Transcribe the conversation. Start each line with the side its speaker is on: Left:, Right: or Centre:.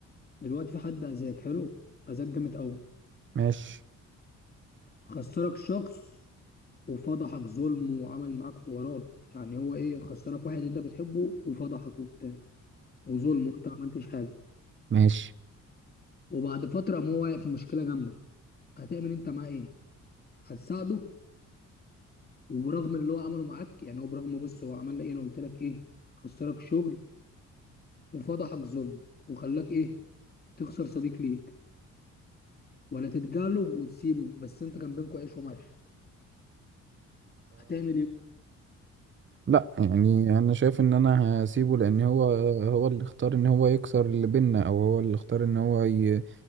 Left: دلوقتي في حد اذاك حلو اذاك جامد قوي
Right: ماشي
Left: خسرك شخص وفضحك ظلم وعمل معاك حوارات يعني هو ايه خسرك واحد انت بتحبه وفضحك وبتاع وظلم وانت ما عملتش حاجه
Right: ماشي
Left: وبعد فتره ما هو واقع في مشكله جامده هتعمل انت معاه ايه هتساعده وبرغم اللي هو عمله معاك يعني هو برغم بص هو عمل لك ايه انا قلت لك ايه خسرك شغل وفضحك ظلم وخلاك ايه تخسر صديق ليك ولا تتجاهله وتسيبه بس انت كان بينكوا عيش وملح هتعمل ايه
Right: لا يعني انا شايف ان انا هسيبه لان هو هو اللي اختار ان هو يكسر اللي بينا او هو اللي اختار ان هو ي-